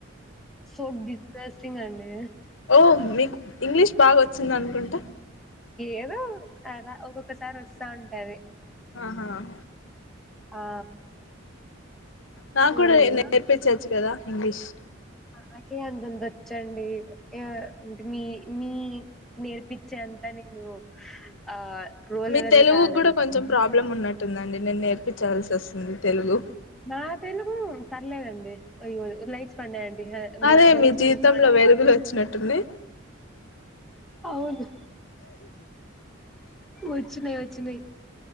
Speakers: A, in the centre; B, on the left.
A: చోడ్ దశ చ్చింగ అండి
B: ఓ మీకు ఇంగ్లీష్ బాగా వచ్చిందనుకుంటా
A: ఏదో అలా ఒక్కొక్కసారి వస్తంటది
B: ఆహా
A: ఆ
B: నా
A: మ్
B: కూడా నేర్పించచ్చు కదా ఇంగ్లీష్
A: నాకే అంతంత వచ్చండి అంటే మీ మీ నేర్పచ్చే అంతా నేను ఆ ప్రో
B: మీ
A: లెవెల్
B: తెలుగుకు
A: కాదండి
B: కూడా కొంచెం ప్రాబ్ల బ్లమ్ ఉన్నట్టుందండి నేను నేర్పించాల్సి వస్తుంది తెలుగు
A: నా తెలుగు పర్లేదండి అయ్యో లైట్స్ పన్నయ
B: అదే
A: నా తెలుగు
B: మీ
A: చాలా
B: జీవితంలో
A: బాగుంటాయి
B: వెలుగులు వచ్చినట్టుంది
A: అవును వచ్చినాయి తున్నాయ్